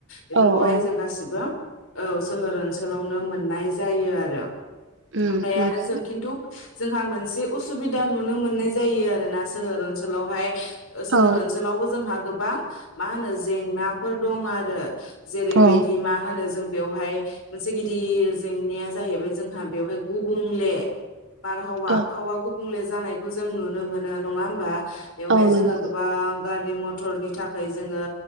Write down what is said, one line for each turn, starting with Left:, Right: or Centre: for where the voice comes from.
Left: बेफोरखौहाय
Right: औ औ
Left: जों गासिबो औ सोहोर ओनसोलावनो मोननाय जायो आरो
Right: उम
Left: ओमफ्राय
Right: नंगौ
Left: आरो जों खिन्थु जोंहा मोनसे उसुबि दा नुनो मोननाय जायो आरोना सोहोर ओनसोलावहाय सोहोर
Right: औ
Left: ओनसोलावबो जोंहा गोबां मा होनो जेंनाफोर दं आरो जेरैबायदि
Right: औ
Left: मा होनो जों बेवहाय मोनसे गिदिर जेंनाया जाहैबाय जोंहा बेवहाय गुबुंले बारहावा आबहावा
Right: औ
Left: गुबुंले जानायखौ जों नुनो मोनो नङा होमबा। बेवहाय
Right: औ नंगौ
Left: जोङो गोबां गारि मथरनि थाखाय जोङो